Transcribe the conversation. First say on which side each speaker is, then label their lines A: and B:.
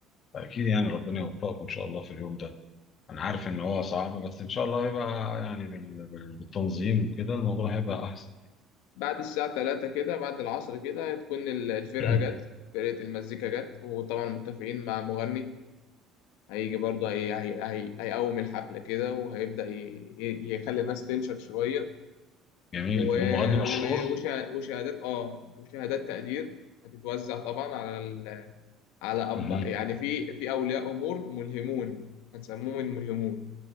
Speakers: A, on the left; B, on the left.
A: فأكيد يعني ربنا يوفقكم إن شاء الله في اليوم ده انا عارف ان هو صعب بس ان شاء الله يبقى يعني بال- بال- بالتنظيم وكده الموضوع هيبقى
B: اه
A: احسن
B: بعد الساعة 3 كده بعد العصر كده هتكون ال- الفرقة
A: <clears throat>
B: جت فرقة المزيكا جت وطبعا متفقين مع مغني هيجي برضه هي هي هي هيقوم الحفلة كده وهيبدأ ي- ي- يخلي الناس تنشط شوية
A: جميل
B: و...
A: والمغني مشهور
B: و... وشه- وشهادات اه وشهادات تقدير هتتوزع طبعا على ال... على أب
A: مهم.
B: يعني في في أولياء أمور ملهمون هنسموهم الملهمون